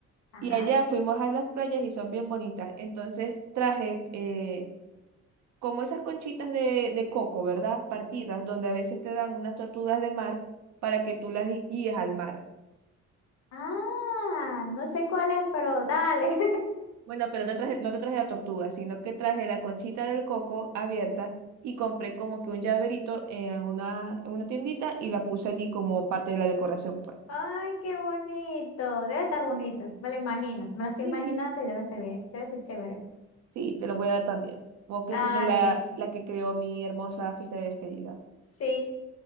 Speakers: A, on the left; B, on the right.
A: Ajá.
B: Y allá fuimos a las playas y son bien bonitas. Entonces traje eh, como esas conchitas de, de coco, ¿verdad? Partidas, donde a veces te dan unas tortugas de mar para que tú las gui- guíes al mar.
A: Ah, no sé cuál es, pero dale.
B: Bueno, pero no traje, no te traje la tortuga, sino que traje la conchita del coco abierta y compré como que un llaverito en una, en una tiendita y la puse allí como parte de la decoración,
A: <laughs>
B: pues.
A: Ay, qué bonito. Debe estar bonito. Me lo imagino. Me lo estoy
B: Sí,
A: imaginando
B: sí.
A: y debe ser bien. Debe ser chévere.
B: Sí, te lo voy a dar también. Vos que
A: Dale.
B: fuiste la, la que creó mi hermosa fiesta de despedida.
A: Sí.